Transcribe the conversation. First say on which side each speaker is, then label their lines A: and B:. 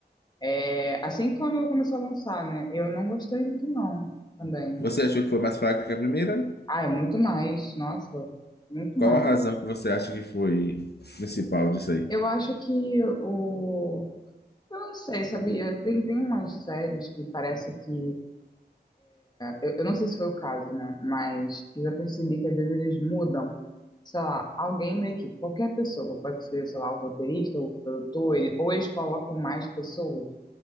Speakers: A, on the left (about 25°); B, on the left (about 70°).
A: É, assim que quando começou a lançar, né? Eu não gostei muito, não, também.
B: Você achou que foi mais fraca que a primeira?
A: Ah, é muito mais, nossa, muito
B: Qual
A: mais.
B: a razão que você acha que foi principal disso aí?
A: Eu acho que o. Eu não sei, sabia? Tem, tem umas séries que parece que. Eu, eu não sei se foi o caso, né? Mas eu já percebi que às vezes eles mudam, sei lá, alguém da equipe, qualquer pessoa, pode ser, sei lá, o roteirista, o produtor, ele, ou eles colocam mais pessoas.